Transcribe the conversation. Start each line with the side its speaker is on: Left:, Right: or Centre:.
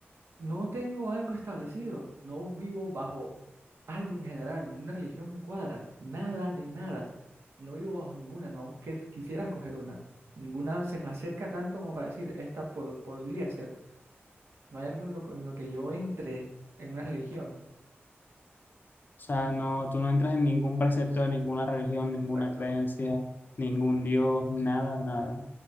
Right: No tengo algo establecido, no vivo bajo algo en general, ninguna religión me cuadra, nada de nada. No vivo bajo ninguna, no que- quisiera escoger una. Ninguna se me acerca tanto como para decir, esta po- podría ser. No hay algo en lo, con lo que yo entre en una religión.
Left: sea, no, tú no entras en ningún precepto de ninguna religión, ninguna
Right: Exacto.
Left: creencia, ningún dios, nada de nada.